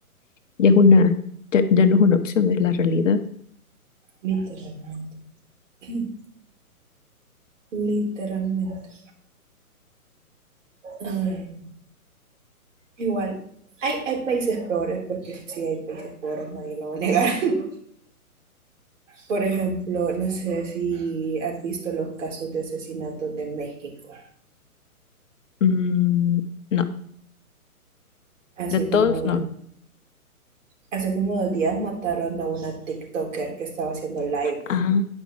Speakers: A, on the left; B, on the right.
A: ya es una, ya, ya no es una opción, es la realidad.
B: Literalmente, <clears throat> literalmente. Ay, igual, hay, hay países peores, porque sí hay países peores, nadie lo va a negar. <laughs> Por ejemplo, no sé si has visto los casos de asesinatos de México.
A: Mm, no,
B: Hace
A: de todos
B: como dos,
A: no.
B: hace como dos días mataron a una TikToker que estaba haciendo live.
A: Ah,